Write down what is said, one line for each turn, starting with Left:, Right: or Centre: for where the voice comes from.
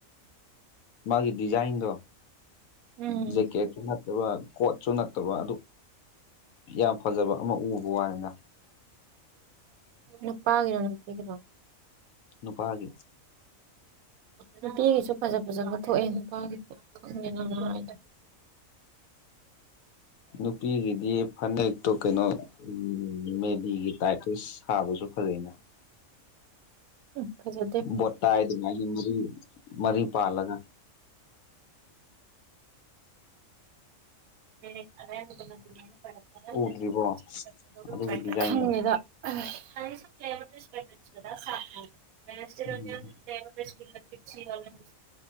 Left: ꯃꯥꯒꯤ ꯗꯤꯖꯥꯏꯟꯗꯣ
Right: ꯎꯝ
Left: ꯖꯦꯀꯦꯠꯁꯨ ꯅꯠꯇꯕ ꯀꯣꯠꯁꯨ ꯅꯠꯇꯕ ꯑꯗꯨ ꯌꯥꯝ ꯐꯖꯕ ꯑꯃ ꯎꯕ ꯋꯥꯅꯤꯗ
Right: ꯅꯨꯄꯥꯒꯤꯔ ꯅꯨꯄꯤꯒꯤꯔꯣ
Left: ꯅꯨꯄꯥꯒꯤ
Right: ꯅꯨꯄꯤꯒꯤꯁꯨ ꯐꯖ ꯐꯖꯕ ꯊꯣꯛꯑꯦ ꯅꯨꯄꯥꯒꯤꯁꯨ ꯈꯪꯗꯦ ꯍꯥꯏꯗꯣ
Left: ꯅꯨꯄꯤꯒꯤꯗꯤ ꯐꯅꯦꯛꯇꯣ ꯀꯩꯅꯣ ꯎꯝ ꯃꯦꯗꯤꯒꯤ ꯇꯥꯏꯇꯤꯁ ꯁꯥꯕꯁꯨ ꯐꯖꯩꯅ
Right: ꯎꯝ ꯐꯖ
Left: ꯕꯣꯇꯥꯏ ꯑꯗꯨꯃꯥꯏꯅ ꯃꯔꯤ ꯃꯔꯤ ꯄꯥꯜꯂꯒ
Right: <unintelligible>
Left: ꯎꯗ꯭ꯔꯤꯕꯣ ꯑꯗꯨꯒꯤ
Right: <unintelligible>
Left: ꯗꯤꯖꯥꯏꯟꯗꯣ
Right: <unintelligible>
Left: ꯎꯝ